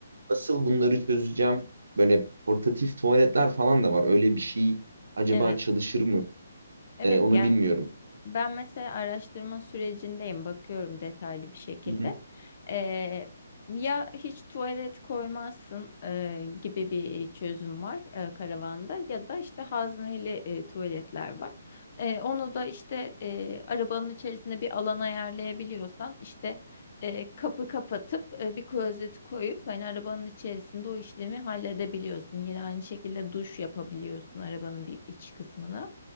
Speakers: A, on the right; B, on the left.
A: nasıl bunları çözeceğim? Böyle portatif tuvaletler falan da var. Öyle bir şey acaba
B: Evet.
A: çalışır mı?
B: Evet.
A: E, onu
B: Yani
A: bilmiyorum.
B: Ben mesela araştırma sürecindeyim, bakıyorum detaylı bir şekilde.
A: Hı hı,
B: Eee, ya hiç tuvalet koymazsın eee, gibi bir çözüm var eee, karavanda ya da işte hazneli eee, tuvaletler var. Eee, onu da işte eee, arabanın içerisinde bir alan ayarlayabiliyorsan işte eee, kapı kapatıp eee, bir klozeti koyup hani arabanın içerisinde o işlemi halledebiliyorsun. Yine aynı şekilde duş yapabiliyorsun arabanın bir iç kısmını.